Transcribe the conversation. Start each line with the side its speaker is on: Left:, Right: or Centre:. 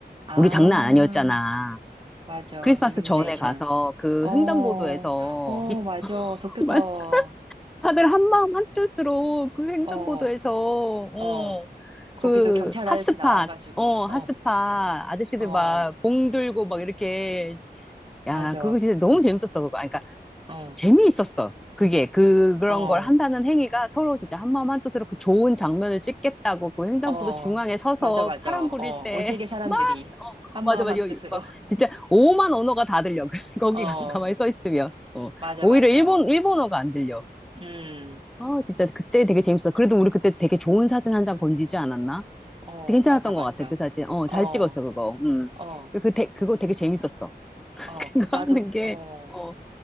Right: 아,
Centre: 우리 장난 아니었잖아.
Right: 맞아.
Centre: 크리스마스
Right: 일루미네이션.
Centre: 전에 가서 그
Right: 어,
Centre: 횡단보도에서
Right: 어,
Centre: 밑,
Right: 맞아. 도쿄타워.
Centre: <laughs> 다들 한마음 한뜻으로 그 횡단보도에서,
Right: 어,
Centre: 어,
Right: 어, 거기도
Centre: 그
Right: 경찰
Centre: 핫스팟,
Right: 아저씨 나와가지고,
Centre: 어,
Right: <laughs>
Centre: 핫스팟 아저씨들
Right: 어, 어,
Centre: 막 봉 들고 막 이렇게 야,
Right: 맞아.
Centre: 그거 진짜 너무 재밌었어, 그거.
Right: 어,
Centre: 재미있었어. 그게 그 그런
Right: 어,
Centre: 걸 한다는 행위가 서로 진짜 한마음 한뜻으로 그 좋은 장면을 찍겠다고 그 횡단보도
Right: 어,
Centre: 중앙에 서서
Right: 맞아, 맞아.
Centre: 파란
Right: 어,
Centre: 불일 때막
Right: 온 세계 사람들이
Centre: <laughs> 어, 어,
Right: 한
Centre: 맞아
Right: 마음
Centre: 맞아
Right: 한
Centre: 여기
Right: 뜻으로,
Centre: 막 진짜 오만 언어가 다 들려 <laughs> 거기
Right: <laughs> 어,
Centre: 가- 가만히 서 있으면 어
Right: 맞아,
Centre: 오히려
Right: 맞아.
Centre: 일본 일본어가 안 들려
Right: 음,
Centre: 어 진짜 그때 되게 재밌었어 그래도 우리 그때 되게 좋은 사진 한 장 건지지 않았나
Right: 어,
Centre: 되게 괜찮았던
Right: 맞아, 맞아.
Centre: 것 같아 그 사진 어 잘
Right: 어,
Centre: 찍었어 그거 음그
Right: 어,
Centre: 그, 그거 되게 재밌었어 <laughs>
Right: 어, 그,
Centre: 그거
Right: 나도,
Centre: 하는 게어
Right: 어,